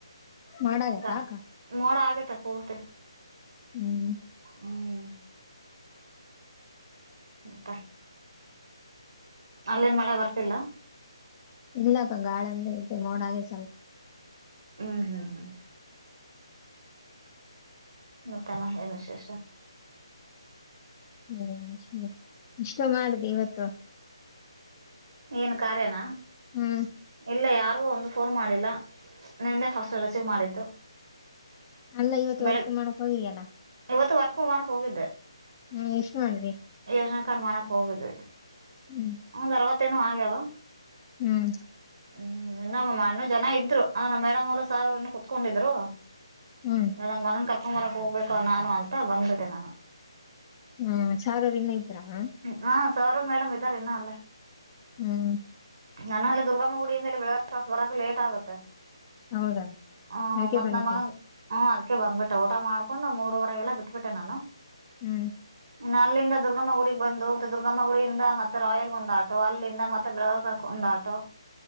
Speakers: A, on the left; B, on the right.
A: ಮಾಡಾಗೈತ್
B: ಕರ್
A: ಆಕ.
B: ಮೋಡ ಆಗೇತ್ತ ಪೂರ್ತಿ.
A: ಹ್ಮ್
B: ಹ್ಮ್ ತ ಅಲ್ಲೇನ್ ಮಳೆ ಬರ್ತಿಲ್ಲ.
A: ಇಲ್ಲಕ್ಕ ಗಾಳೆಂದಂತೆ ಮೋಡ ಹಾಗೈತ್ ಸ್ವಲ್ಪ.
B: ಹ್ಮ್ ಹ್ಮ್ ಹ್ಮ್ ಮತ್ತಮ್ಮ ಎನ್ ವಿಶೇಷ.
A: ಹ್ಮ್ ಇಷ್ಟ ಮಾಡದು ಇವತ್ತು.
B: ಏನ್ ಕಾರ್ಯನ.
A: ಹ್ಮ್
B: ಇಲ್ಲ ಯಾರಿಗೂ ಒಂದು ಫೋನು ಮಾಡಿಲ್ಲ ನಿಂದೆ ಫಸ್ಟ್ ರಿಸೀವ್ ಮಾಡಿದ್ದು.
A: ಅಲ್ಲ ಇವತ್ತು
B: ಬೆಳಗ್
A: ವರ್ಕ್ ಮಾಡಕ್ ಹೋಗಿಯಲ್ಲ.
B: ಇವತ್ತು ವರ್ಕ್ ಮಾಡೋಕ್ ಹೋಗಿದ್ದೆ.
A: ಹ್ಮ ಎಷ್ಟ್ ಮಾಡ್ದಿ
B: ಯೋಜನಾ ಕಾರ್ ಮಾಡಕ್ ಹೋಗುದು
A: ಹ್ಮ್
B: ಒಂದ್ ಅರವತ್ತೇನೋ ಆಗ್ಯಾವ
A: ಹ್ಮ್
B: ಹ್ಮ್ ಇನ್ನಮ್ಮ ಅಣ್ಣು ಜನ ಇದ್ರು ನಮ್ಮ ಮೇಡಮ್ ಅ ಸಾರ್ ಅವನ್ನ ಕುತ್ಕೊಂಡಿದ್ರು
A: ಹ್ಮ್
B: ನಾ‌ನನ್ ಮಗನ್ ಕರ್ಕೊಂಬರಕ್ ಹೋಗಬೇಕು ನಾನು ಅಂತ ಬಂದ್ಬಿಟ್ಟೆ ನಾನು
A: ಹ್ಮ ಸಾರವ್ರ್ ಇನ್ನ ಇದ್ರಾ ಮ್ಯಾಮ್
B: ಹ ಸರ್ ಮೇಡಮ್ ಇದ್ದಾರೆ ಇನ್ನ ಅಲ್ಲೆ
A: ಹ್ಮ್
B: ನನ ಅಲ್ಲಿ ದುರ್ಗಮ್ಮ ಗುಡಿಯಿಂದೇ ಬೆಳಗ್ ಕ್ರಾಸಸ್ ಬರಕೆ ಲೇಟ್ ಆಗುತ್ತೆ
A: ಹೌದಾ
B: ಹ
A: ಅದಕ್ಕೆ
B: ಮತ್ತ್
A: ಬಂದ್ಬಿಟ್ಟಿ
B: ನಮ್ಮ ಮಗನ್ ಹ್ಮ್ ಅದ್ಕ್ಕೆ ಬಂದ್ಬಟ್ಟೆ ಊಟ ಮಾಡಕೊಂಡ್ ಮೂರುವರೆಗೆಲ್ಲ ಬಿಟ್ಬಿಟ್ಟೆ ನಾನು
A: ಹ್ಮ್
B: ಇನ್ನು ಅಲ್ಲಿಂದ ದುರ್ಗಮ್ಮ ಗುಡಿಗೆ ಬಂದೊಗ್ ದುರ್ಗಮ್ಮ ಗುಡಿಯಿಂದ ಮತ್ತೆ ರಾಯಲ್ ಬಂದ್ ಆಟೋ ಅಲ್ಲಿಂದ ಮತ್ ತ <inaudible> ಕ್ರಾಸಂದ ಟೋ